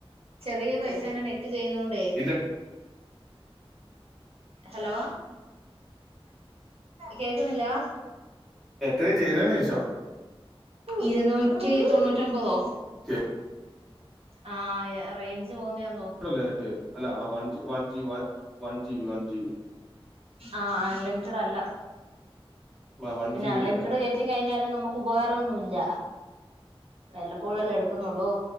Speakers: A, on the right; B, in the centre.
A: ചെറിയ പൈസേന്റെ നെറ്റ് ചെയ്യുന്നോണ്ടേ
B: ഇല്ല
A: ഹലോ കേക്കുന്നില്ലാ
B: എത്രയാ ചെയ്തേന്നു ചോദിച്ചാ
A: ഇരുന്നൂറ്റി തൊണ്ണൂറ്റൊമ്പതോ
B: <unintelligible>
A: ആഹ് ഏ റേയ്ഞ്ച് പോവ്ന്നയാ
B: ണ്ടല്ലേ നെറ്റ് അല്ല ആഹ് one G one G one G B one G B
A: ആഹ് അൺലിമിറ്റഡ് അല്ല
B: ആ വൺ
A: പിന്നെ
B: ജി
A: അൺലിമിറ്റഡ്
B: ബിന്റെ അല്ലേ
A: കേറ്റി കഴിഞ്ഞാലും നമ്മക്ക് ഉപകാരൊന്നുല്ല വല്ലപ്പോഴും
B: ആ
A: അല്ലേ ക്ക്ന്നൊള്ളൂ